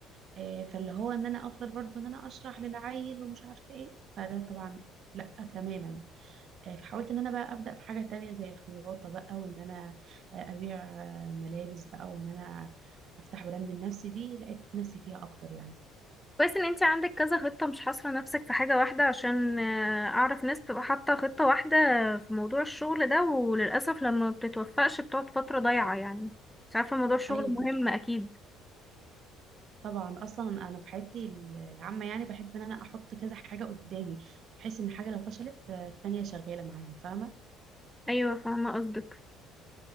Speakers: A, on the right; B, in the centre.
A: آه، فاللي هو ان انا افضل برضو ان انا اشرح للعيل ومش عارفه ايه فده طبعا لا تماما آه، فحاولت ان انا بقى ابدا في حاجه تانية زي الخياطه بقى وان انا آه، ابيع آه، ملابس بقى وان انا افتح براند لنفسي دي لقيت نفسي فيها اكتر يعني
B: كويس إن انتي عندك كذا خطة مش حاصرة نفسك في حاجة واحدة عشان آه، أعرف ناس بتبقى حاطة خطة واحدة في موضوع الشغل ده وللأسف لما بتتوفقش بتقعد فترة ضايعة يعني مش عارفة موضوع الشغل
A: ايوه
B: مهم
A: لا
B: أكيد
A: طبعا اصلا انا في حياتي العامه يعني بحب ان انا احط كذا حاجه قدامي بحيث ان حاجه لو فشلت آه، التانية شغاله معايا فاهمه
B: ايوه فاهمه قصدك